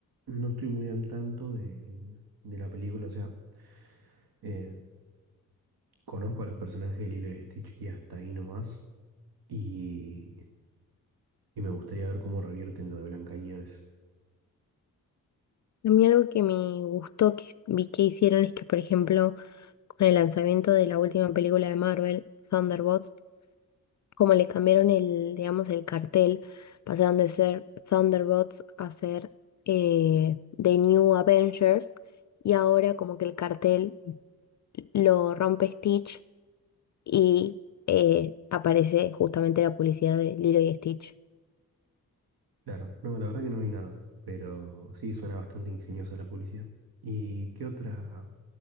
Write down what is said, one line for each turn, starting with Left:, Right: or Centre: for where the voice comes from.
Right: no estoy muy al tanto del- de, la película, o sea, eh, conozco a los personajes de Lilo y Stitch y hasta ahí nomás, y, y me gustaría ver cómo revierten lo de Blancanieves.
Left: A mí algo que me gustó que vi que hicieron es que, por ejemplo, con el lanzamiento de la última película de Marvel, Thunderbolts, como le cambiaron el, digamos, el cartel, pasaron de ser Thunderbolts a ser eh, The New Avengers y ahora como que el cartel lo rompe Stitch y eh, aparece justamente la publicidad de Lilo y Stitch.
Right: Claro, no, la verdad que no vi nada, pero sí suena bastante ingeniosa la publicidad. ¿Y qué otra,